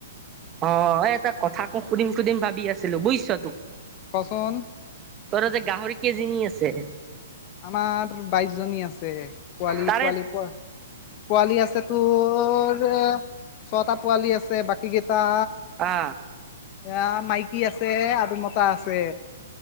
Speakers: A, on the right; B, on the left.
A: অ এ এটা কথাকো সুধিম সুধিম ভাবি আছিলো বুজিছ তোক।
B: কচোন।
A: তই তাতে গাহৰি কেইজনী আছে?
B: আমাৰ বাইশজনী আছে, পোৱালি
A: তাৰে
B: পোৱালি পোৱালি আছে তোৰ ছটা পোৱালি আছে বাক বাকীকেইটা
A: অ
B: এ মাইকী আছে আৰু মটা আছে।